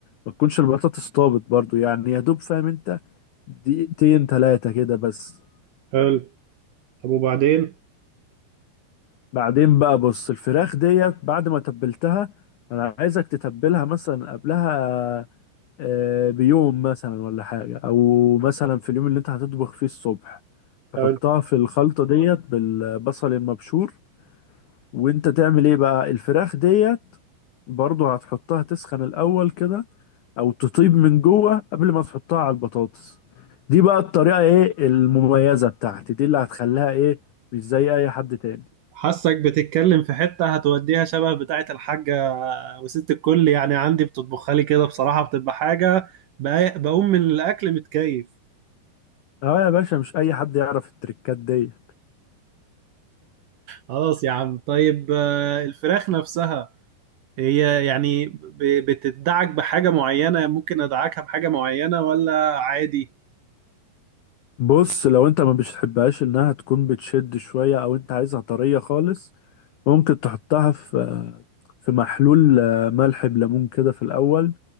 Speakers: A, on the left; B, on the right.
A: ما تكونش البطاطس طابت برضو يعني يا دوب فاهم انت دقيقتين تلاتة كده بس
B: حلو طب وبعدين
A: بعدين بقى بص الفراخ ديت بعد ما تبلتها انا عايزك تتبلها مثلا قبلها آه، بيوم مثلا ولا حاجة او مثلا في اليوم اللي انت هتطبخ فيه الصبح تحطها
B: حلو
A: في الخلطة ديت بالبصل المبشور وانت تعمل ايه بقى الفراخ ديت برضو هتحطها تسخن الاول كده او تطيب من جوه قبل ما تحطها على البطاطس دي بقى الطريقة ايه المميزة بتاعتي دي اللي هتخليها ايه مش زي اي حد تاني
B: حاسك بتتكلم في حتة هتوديها شبه بتاعة الحاجة وست الكل يعني عندي بتطبخها لي كده بصراحة بتبقى حاجة بق- بقوم من الأكل متكيف
A: اه يا باشا مش اي حد يعرف التريكات دي
B: خلاص يا عم طيب آه، الفراخ نفسها هي يعني ب- بتدعك بحاجة معينة ممكن أدعكها بحاجة معينة ولا عادي
A: بص لو انت ما بتحبهاش انها تكون بتشد شوية او انت عايزها طرية خالص ممكن تحطها في في محلول آه، ملح بليمون كده في الاول